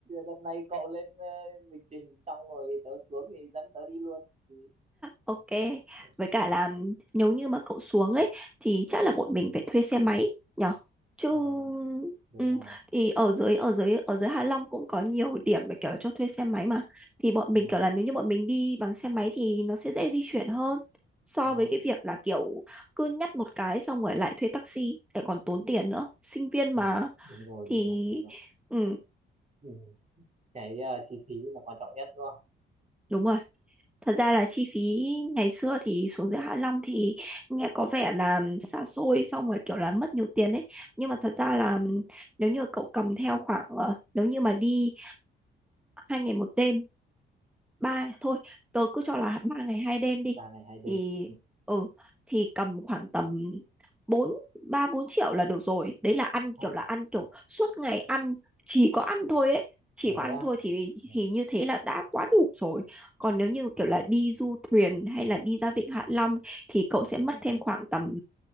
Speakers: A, on the right (about 35°); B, in the centre.
A: đợt này cậu lên ờ, lịch trình xong rồi tớ xuống thì dẫn tớ đi luôn thì
B: Ok,
A: ok
B: với cả là nếu như mà cậu xuống ấy thì chắc là bọn mình phải thuê xe máy nhở. Chứ
A: ờ đúng
B: ừ,
A: rồi
B: thì ở dưới ở dưới ở dưới Hạ Long cũng có nhiều điểm mà kiểu cho thuê xe máy mà. Thì bọn
A: đúng
B: mình
A: rồi
B: kiểu là nếu như bọn mình đi bằng xe máy thì nó sẽ dễ di chuyển hơn so
A: Đó.
B: với cái việc là kiểu cứ nhắt một cái xong rồi lại thuê taxi lại còn tốn tiền nữa. Sinh viên mà
A: ừ. đúng rồi
B: thì
A: đúng rồi đúng rồi
B: ừ,
A: ừ. cái ờ, chi phí là quan trọng nhất đúng không
B: đúng rồi. Thật ra là chi phí ngày xưa thì xuống dưới Hạ Long thì nghe có vẻ là xa xôi xong rồi kiểu là mất nhiều tiền ấy. Nhưng mà thật ra là nếu như cậu cầm theo khoảng ờ, nếu như mà đi hai ngày một đêm ba thôi tớ cứ cho là ba ngày hai đêm đi
A: ba ngày hai đêm
B: thì
A: ừ.
B: ừ thì cầm khoảng tầm bốn ba bốn triệu là được rồi đấy là ăn kiểu
A: Đó.
B: là ăn kiểu suốt ngày ăn chỉ có ăn thôi ấy chỉ
A: thế
B: có ăn
A: á
B: thôi thì
A: ừ.
B: thì như thế là đã quá đủ rồi còn nếu như kiểu là đi du thuyền hay là đi ra vịnh Hạ Long thì cậu sẽ mất thêm khoảng tầm